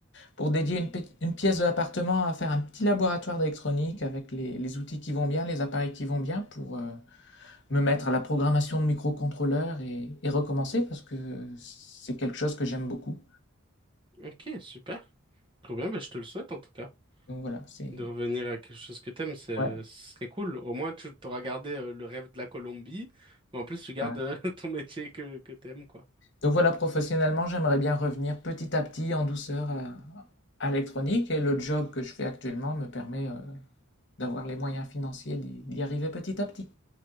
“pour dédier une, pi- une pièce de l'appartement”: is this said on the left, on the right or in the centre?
Left